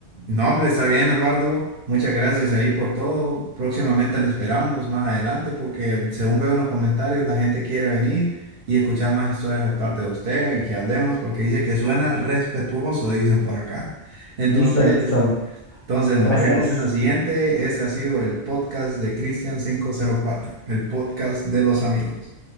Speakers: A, on the right; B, on the left.
A: no, hombre, está bien, Eduardo. Muchas gracias ahí por todo. Próximamente le esperamos más adelante porque según veo en los comentarios, la gente quiere venir y escuchar más historias de parte de usted y que hablemos porque dice que suena respetuoso, dicen por acá. Entonces,
B: Listo, listo.
A: entonces nos
B: Gracias.
A: vemos en la siguiente. Este ha sido el podcast de Cristian quinientos cuatro el podcast de los amigos.